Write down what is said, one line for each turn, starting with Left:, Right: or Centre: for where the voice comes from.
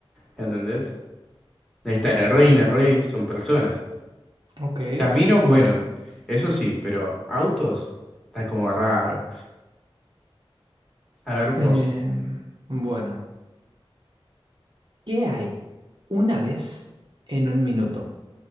Centre: ¿Entendés? Ahí Está la reina, rey, son personas.
Right: Ok.
Centre: Caminos, bueno,
Right: Bueno,
Centre: eso sí, pero autos está como raro. A ver, vos.
Right: em, bueno. ¿Qué hay? Una vez en un minuto,